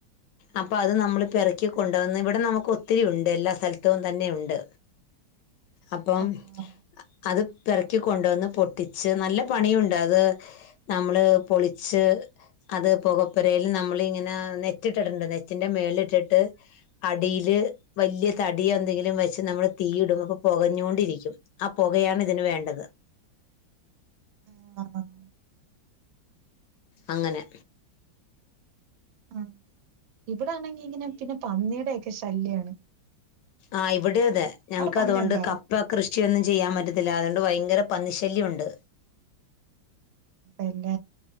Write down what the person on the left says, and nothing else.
അപ്പഅത് നമ്മള് പെറ്ക്കി കൊണ്ട് വന്ന് ഇവടെ നമുക്ക് ഒത്തിരി ഉണ്ട് എല്ലാ സ്ഥലത്തും തന്നെയുണ്ട് അപ്പം
അത് പെറക്കി കൊണ്ടുവന്ന് പൊട്ടിച്ച് നല്ല പണിയുണ്ട് അത് നമ്മള് പൊളിച്ച് അത് പൊകപ്പെരേല് നമ്മളിങ്ങനാ നെ റ്റ്ട്ട ഇടണ്ട് നെറ്റിന്റെ മേല് ഇട്ടിട്ട് അടീല് വല്യ തടി എന്തെങ്കിലും വെച്ച് നമ്മള് തീയിടും അപ്പൊ പൊകഞ്ഞോണ്ടിരിക്കും അപൊകയാണ് ഇതിന് വേണ്ടത്
അങ്ങനെ
ആഹ് ഇവടീം അതെ ഞങ്ങക്ക്
അതുകൊണ്ട് ക പ്പ കൃഷിയൊന്നും ചെയ്യാം പറ്റത്തില്ല അതുകൊണ്ട് ഭയങ്കര പന്നിശല്ല്യം ഉണ്ട്